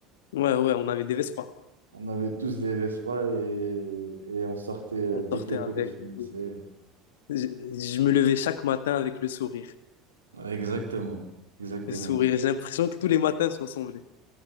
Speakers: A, on the left; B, on the right.
A: Ouais, ouais, on avait des Vespa.
B: On avait tous des Vespa et, et on sortait euh,
A: On
B: dès
A: sortait
B: que les cours
A: avec
B: y finissaient.
A: et tout. Je, je me levais chaque matin avec le sourire.
B: Ouais, Exactement, exactement.
A: Le sourire. J'ai l'impression que tous les matins se ressemblaient.